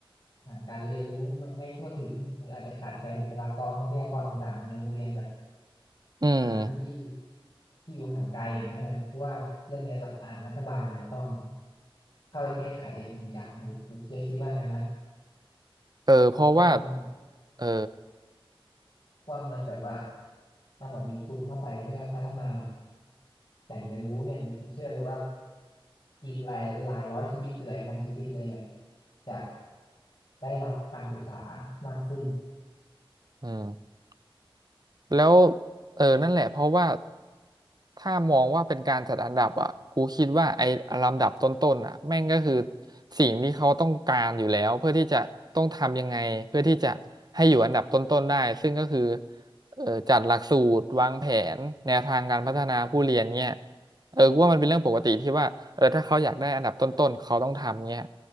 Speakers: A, on the left (about 55°); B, on the right (about 45°).
A: อ่าการเรียนรู้ไม่ไม่ทั่วถึงหรืออาจจะขาดแคลนบุคลากรทรัพยากรต่างๆในโรงเรียนแบบ
B: อืม
A: อ่าที่ที่อยู่ห่างไกลอย่างเงี้ยเพอนเพราะว่าเรื่องเนี้ยเราอ่ารัฐบาลอาจจะต้องเข้าไปแก้ไขเองจริงจังผมผมเชื่อคิดว่างั้นนะ
B: เออเพราะว่า
A: เพราะว่ามัน
B: เออ
A: เพราะว่ามันแบบว่าถ้าแบบมีทุนเข้าไปเพื่อพัฒนาแหล่งเรียนรู้เนี่ยผมเชื่อเลยว่าอีกหลายหลายร้อยชีวิตหรือหลายพันชีวิตเลยเนี่ยจะได้รับการศึกษามากขึ้น
B: อืม แล้วเออนั่นแหละเพราะว่าถ้ามองว่าเป็นการจัดอันดับอ่ะกูคิดว่าไอ้ลำดับต้นๆอ่ะแม่งก็คือสิ่งที่เขาต้องการอยู่แล้วเพื่อที่จะต้องทำยังไงเพื่อที่จะให้อยู่อันดับต้นๆได้ซึ่งก็คือเออจัดหลักสูตรวางแผนแนวทางการพัฒนาผู้เรียนเนี่ย เออกูว่ามันเป็นเรื่องปกติที่ว่าเออถ้าเขาอยากได้อันดับต้นๆเขาต้องทำเงี้ย